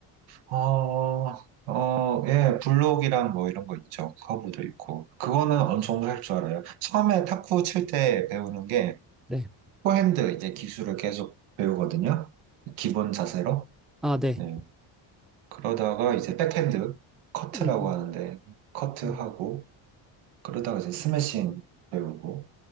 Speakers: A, on the right; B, in the centre.
A: 어, 어, 예, 블록이랑 뭐 이런 거 있죠. 커브도 있고. 그거는 어느 정도 할 줄 알아요. 처음에 탁구 칠 때 배우는 게
B: 네.
A: 포핸드 이제 기술을 계속 배우거든요. 기본 자세로.
B: 아, 네.
A: 예. 그러다가 이제 백핸드 커트라고
B: 음,
A: 하는데 커트하고
B: 음,
A: 그러다가 이제 스매싱 배우고.